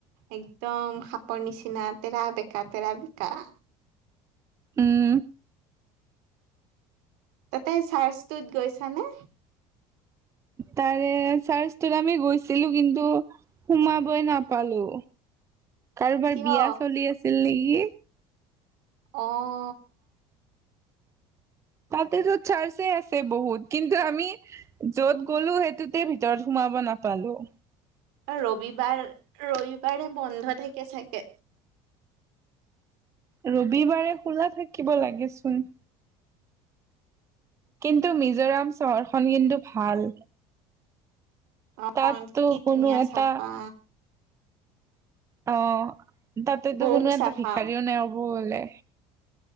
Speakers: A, on the right; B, on the right.
A: একদম সাপৰ নিচিনা তেৰা বেকা তেৰা বেকা।
B: উম
A: তাতে চাৰ্চটোত গৈছানে।
B: তাৰে চাৰ্চটোত আমি গৈছিলো কিন্তু, সোমাবই নাপালো কাৰোবাৰ
A: কিয়
B: বিয়া চলি আছিল নেকি।
A: অঁ,
B: তাতেতো চাৰ্চে আছে বহুত কিন্তু আমি- য'ত গ'লো সেইটোতে ভিতৰত সোমাব নাপালো।
A: এ ৰবিবাৰ ৰবিবাৰে বন্ধ থাকে চাগে।
B: ৰবিবাৰে খোলা থাকিব লাগেচোন। কিন্তু মিজোৰাম চহৰখন কিন্তু ভাল।
A: অ
B: তাততো
A: কি
B: কোনো
A: ধুনীয়া
B: এটা-
A: চাফা
B: অঁ তাতেতো
A: বহুত
B: কোনো এটা
A: চাফা
B: ভিখাৰীও নাই হ'ব হলে।